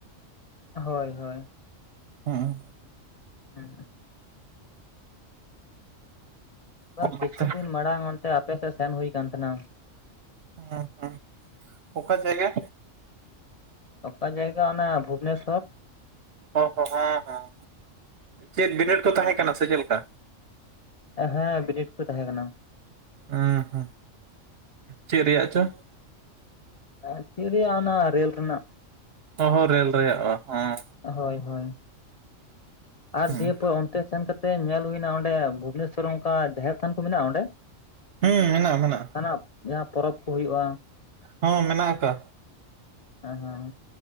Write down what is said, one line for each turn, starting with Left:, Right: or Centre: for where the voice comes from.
Left: ᱦᱚᱭ ᱦᱚᱭ
Right: ᱦᱩᱸ
Left: ᱦᱩᱸᱢ ᱵᱟᱝ
Right: ᱚᱱᱟᱛᱮ
Left: ᱠᱤᱪᱷᱩ ᱫᱤᱱ ᱢᱟᱲᱟᱝ ᱚᱱᱛᱮ ᱟᱯ ᱥᱮᱫ ᱥᱮᱱ ᱦᱩᱭ ᱠᱟᱱ ᱛᱟᱦᱮᱱᱟ
Right: <unintelligible> ᱚᱠᱟ ᱡᱟᱭᱜᱟ
Left: ᱚᱠᱟ ᱡᱟᱭᱜᱟ ᱚᱱᱟ ᱵᱷᱩᱵᱱᱮᱥᱚᱨ
Right: ᱚ ᱦᱚ ᱦᱚᱸᱦᱚᱸ ᱪᱮᱫ ᱵᱤᱱᱤᱰ ᱠᱚ ᱛᱟᱦᱮᱸ ᱠᱟᱱᱟ ᱥᱮ ᱪᱮᱫ ᱞᱮᱠᱟ
Left: ᱦᱮᱸ ᱵᱤᱱᱤᱰ ᱠᱚ ᱛᱟᱦᱮᱸ ᱠᱟᱱᱟ
Right: ᱩᱸ ᱦᱩᱸ ᱪᱮᱫ ᱨᱮᱭᱟᱜ ᱪᱚ
Left: ᱦᱮᱸ ᱪᱮᱫ ᱨᱮᱭᱟᱜ ᱟᱱᱟ ᱨᱞ ᱨᱮᱱᱟᱜ
Right: ᱚ ᱦᱚ ᱨᱮᱞ ᱨᱮᱭᱟᱜ ᱦᱚᱸ
Left: ᱦᱚᱭ ᱦᱚᱭ ᱟᱨ
Right: ᱦᱩᱸ
Left: ᱫᱤᱭᱮ ᱯᱚᱨ ᱚᱱᱛᱮ ᱥᱮᱱ ᱠᱟᱛᱮ ᱧᱮᱞ ᱦᱩᱭᱱᱟ ᱚᱸᱰᱮ ᱵᱷᱩᱵᱽᱱᱮᱥᱚᱨ ᱚᱝᱠᱟ ᱡᱟᱦᱮᱨ ᱛᱷᱟᱱ ᱠᱚ ᱢᱮᱱᱟᱜᱼᱟ ᱚᱸᱰᱮ
Right: ᱦᱩᱸ ᱢᱮᱱᱟᱜᱼᱟ ᱢᱮᱱᱟᱜᱼᱟ
Left: ᱡᱟᱦᱟᱱᱟᱜ ᱡᱟᱦᱟᱸ ᱯᱚᱨᱚᱵᱽ ᱠᱚ ᱦᱩᱭᱩᱜᱼᱟ
Right: ᱦᱚᱸ ᱢᱮᱱᱟᱜ ᱠᱟᱜᱼᱟ
Left: ᱦᱮᱸ ᱦᱮᱸ